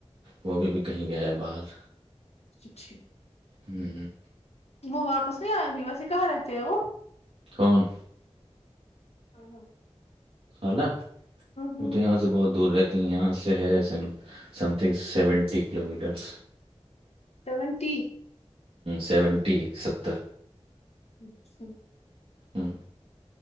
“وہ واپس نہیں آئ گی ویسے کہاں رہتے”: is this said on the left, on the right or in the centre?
Left